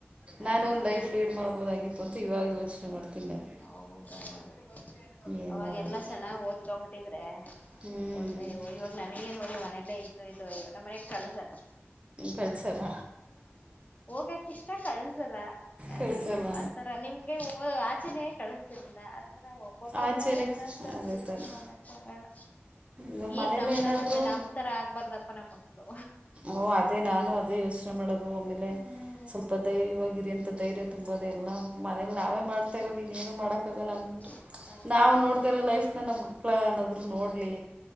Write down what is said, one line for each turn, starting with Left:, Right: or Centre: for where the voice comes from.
Left: ಹಾ
Right: ನಾನು ಒಂದು ಲೈಫ್ ಲೀಡ್ ಮಾಡ್ಬೋದಾಗಿತ್ತುಂತ ಇವಾಗ ಯೋಚನೆ ಮಾಡ್ತೀನಿ ನಾನು.
Left: ಹೌದೌದು
Right: ಏನು
Left: ಅವಾಗ
Right: ಮಾಡೋದು
Left: ಎಲ್ಲಾ ಚೆನ್ನಾಗ್ ಓದ್ಕಬಿಟ್ಟಿದ್ರೆ.
Right: ಹ್ಞೂ
Left: ಒಳ್ಳೆ ಇ ಇವಾಗ ನನಗ ಏ ನೋಡ್ಲಿ ಮನೆಯಲ್ಲೇ ಇದ್ದು ಇದೋಯೋ ನಮ್ಮನೇಲಿ ಕಳಸಲ್ಲ.
Right: ಕಳಿಸಲ್ಲ
Left: ಹೋಗಕ ಇಷ್ಟ ಕಳ್ಸಲ್ಲ ಅಯ
Right: ಕಳಿಸಲ್ಲ
Left: ಆ ತರ ನಿಮ್ಗೆ ಆಚನೆಯೇ ಕಳಿಸ್ತಿರ್ಲಿಲ್ಲ. ಒಬ್ಬೊಬ್ರ್
Right: ಆಚೆನೇ
Left: ಮೇಲೆ ಒಂದೊಂದ್ ತರ
Right: ಅದೇ
Left: ಏನು
Right: ತಾನೆ
Left: ಮಡಕ್ ಅಗಲ.
Right: ಇವಾಗ
Left: ಈಗ್
Right: ಮನೇಲಿ
Left: ನಮ್ದ
Right: ಏನಾದರೂ
Left: ಅನ್ಸತ್ತೆ ನಮ್ ತರ ಆಗ್ಬಾರ್ದಪ್ಪ ನಮ್ ಮಕ್ಳು.
Right: ಓಹ ಅದೇ ನಾನು ಅದೇ ಯೋಚನೆ ಮಾಡದು.
Left: ಹ್ಮ್
Right: ಸ್ವಲ್ಪ ಧೈರ್ಯವಾಗಿರಿ ಅಂತ ಧೈರ್ಯ ತುಂಬದ ಎಲ್ಲ ಮನಲಿ ನಾವೇ ಮಾಡ್ತಾ ಇರೋದು ಇನ್ೇಏನು ಮಾಡಕಕ್ಕಾಗಲ್ಲ ಅ
Left: <inaudible>
Right: ನಾವ್ ನೋಡ್ದರ ಲೈಫ್ ನ ನಮ್ಮ್ ಮಕ್ಳ ಅನ್ನಾದ್ರು ನೋಡ್ಲಿ